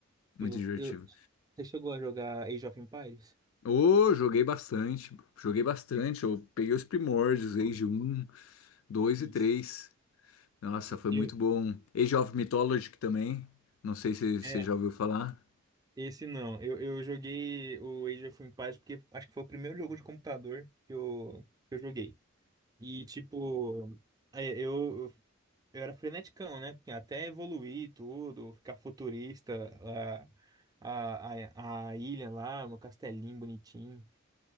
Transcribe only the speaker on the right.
Que
louco.
Eu- você chegou a jogar Age of Empires?
Nossa,
eu...
Eu-
é,
esse não. Eu, eu joguei o Age of Empires porque acho que foi o primeiro jogo de computador que eu, que eu joguei. E, tipo, é, eu, eu, eu era freneticão, né? Porque Até evoluir tudo, ficar futurista, a, a, a, a ilha lá, meu castelinho bonitinho.